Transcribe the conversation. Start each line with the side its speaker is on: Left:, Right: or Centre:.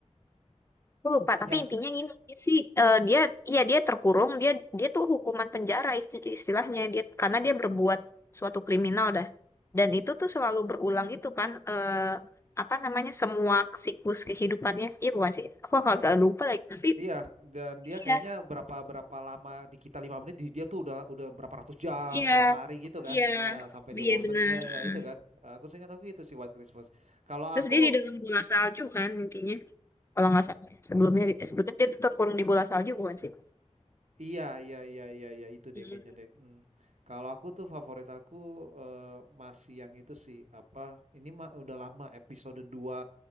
Left: Aku lupa,
Right: yang
Left: tapi intinya gini dia sih eh, dia ya dia terkurung, dia dia tuh hukuman penjara isti- istilahnya dia karena dia berbuat suatu kriminal dah. Dan itu tuh selalu berulang itu kan eh, apa namanya semua siklus kehidupannya. Iya bukan sih? Aku
Right: eh,
Left: agak lupa lagi tapi
Right: iya dan dia
Left: Iya,
Right: kayaknya berapa berapa lama di kita lima menit di dia tuh udah udah berapa ratus jam
Left: Iya,
Right: berapa hari gitu
Left: iya,
Right: kan nah sampai dia
Left: iya
Right: bosen
Left: benar.
Right: ya ya
Left: Ah.
Right: itu kan Eh, aku seingat aku gitu sih White Christmas kalau
Left: Terus
Right: aku
Left: dia di dalam bola salju kan intinya, kalau nggak salah. Sebelumnya eh, sebetulnya dia tuh terkurung di bola salju bukan sih?
Right: Iya, iya, iya, iya, iya, itu deh
Left: Mm.
Right: kayaknya deh. Hmm. Kalau aku tuh favorit aku eh, masih yang itu sih apa? Ini mah udah lama episode dua